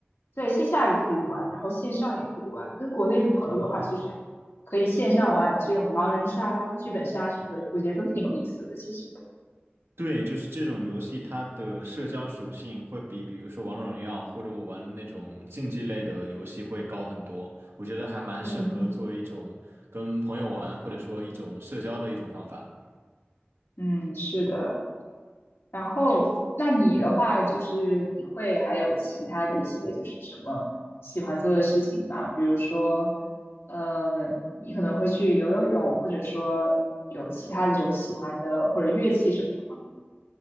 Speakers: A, on the left (about 75°); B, on the right (about 80°).
A: 在线下也可以玩，然后线上也可以玩，跟国内的朋友的话，
B: 哦。
A: 就是可以线上玩这种狼人杀、剧本杀什么的，我觉得都挺有意思的，其实，
B: 对，就是这种游戏，它的社交属性会比，比如说王者荣耀或者我玩的那种竞技类的游戏会高很多。我觉得还蛮适合作为一种跟朋友玩，
A: 嗯。
B: 或者说一种社交的一种方法。
A: 嗯，是的。然后，那你的话，就是你会还有其他的一些，就是什么喜欢做的事情吗？比如说，呃，你可能会去游游泳，或者说有其他一种喜欢的或者乐器什么的